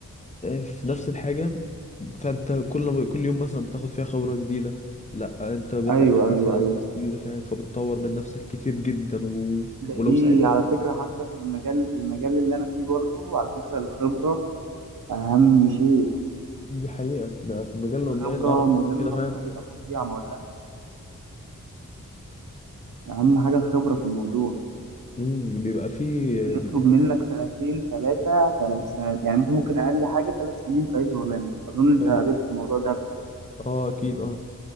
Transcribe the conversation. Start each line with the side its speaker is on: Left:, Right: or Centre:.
Left: آه، في نفس الحاجة فانت كل ما كل يوم مثلا بتاخد فيها خبرة جديدة لا انت بتقابل
Right: ايوه
Left: مثلا
Right: ايوه ايوه
Left: ناس جديدة فاهم فبتطور من نفسك كتير جدا و...
Right: ده
Left: ولو
Right: دي
Left: ساعدت
Right: على
Left: حد
Right: فكره حتى في المجال في المجال اللي انا فيه برضو على فكره الخبره اهم شيء
Left: دي حقيقة ده في المجال الاونلاين
Right: الخبره
Left: اعرف
Right: مهمه
Left: عنه كده فعلا
Right: بطريقه فظيعه ما اقولكش اهم حاجه الخبره في الموضوع
Left: امم بيبقى فيه بيبقى
Right: يطلب منك سنتين ثلاثه ثلاث
Left: مم.
Right: سنة يعني مثلا ممكن اقل حاجه ثلاث سنين في اي شغلانه اظن انت
Left: فاهم.
Right: قابلت الموضوع ده قبل كده
Left: اه اكيد اه